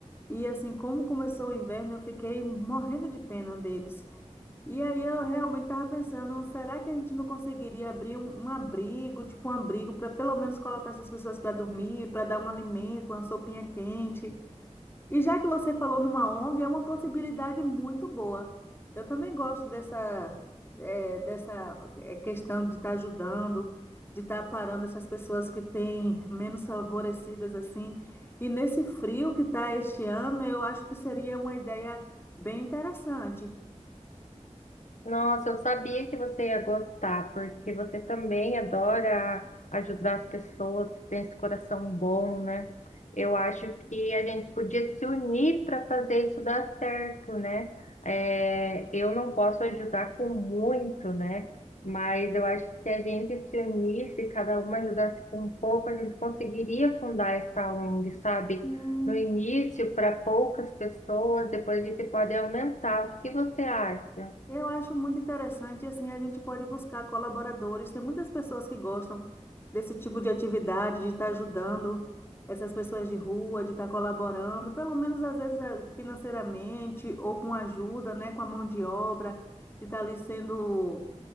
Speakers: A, on the left; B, on the left.
A: E assim, como começou o inverno, eu fiquei morrendo de pena deles. E aí eu realmente estava pensando, será que a gente não conseguiria abrir um, um abrigo, tipo um abrigo, para pelo menos colocar essas pessoas para dormir, para dar um alimento, uma sopinha quente? E já que você falou numa ONG, é uma possibilidade muito boa. Eu também gosto dessa, eh, dessa eh, questão de estar ajudando, de estar parando essas pessoas que têm menos favorecidas assim. E nesse frio que está este ano, eu acho que seria uma ideia bem interessante.
B: Nossa, eu sabia que você ia gostar, porque você também adora ajudar as pessoas, tem esse coração bom, né? Eu acho que a gente podia se unir para fazer isso dar certo, né? É, eu não posso ajudar com muito, né? Mas eu acho que se a gente se unisse, cada uma ajudasse com um pouco, a gente conseguiria fundar essa ONG, sabe?
A: Sim.
B: No início, para poucas pessoas, depois a gente pode aumentar. O que que você acha?
A: Eu acho muito interessante, assim, a gente pode buscar colaboradores. Tem muitas pessoas que gostam desse tipo de atividade, de estar ajudando essas pessoas de rua, de estar colaborando, pelo menos às vezes eh, financeiramente ou com ajuda, né, com a mão de obra, de estar ali sendo